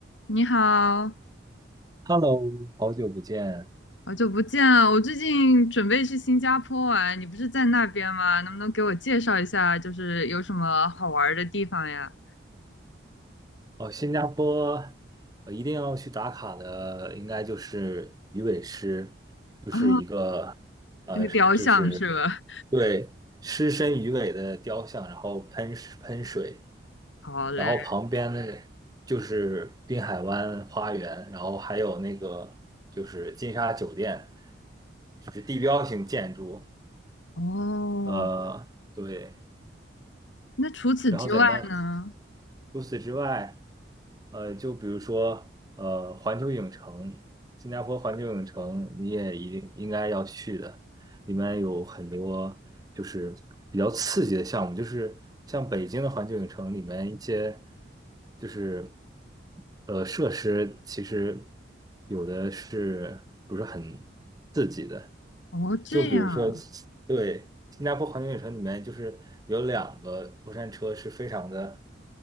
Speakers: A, on the left; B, on the right.
A: 你好，
B: Hello，好久不见。
A: 好久不见啊！我最近准备去新加坡玩，你不是在那边吗？能不能给我介绍一下，就是有什么好玩儿的地方呀？
B: 哦，新加坡，呃，一定要去打卡的，应该就是鱼尾狮，就是一个，
A: 啊，
B: 呃，
A: 那个雕像是吧？
B: 就是对狮身鱼尾的雕像，然后喷喷水，
A: 好嘞。
B: 然后旁边的就是滨海湾花园，然后还有那个就是金沙酒店，就是地标性建筑。
A: 哦，
B: 呃，对，
A: 那除此之外呢？
B: 然后在那除此之外。呃，就比如说，呃，环球影城，新加坡环球影城，你也一定应该要去的。里面有很多就是比较刺激的项目，就是像北京的环球影城里面一些就是呃设施，其实有的是不是很刺激的，
A: 哦，这样，
B: 就比如说，对，新加坡环球影城里面就是有两个过山车是非常的